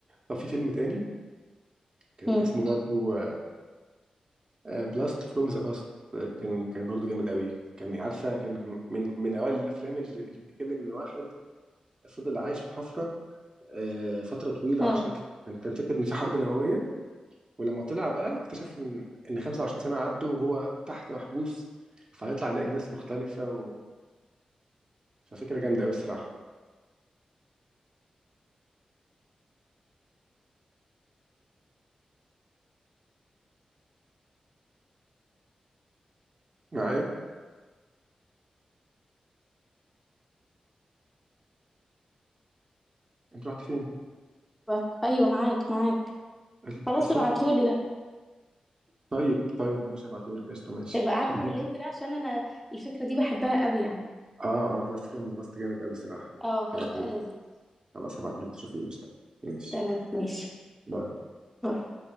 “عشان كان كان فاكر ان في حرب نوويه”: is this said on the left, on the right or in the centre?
Right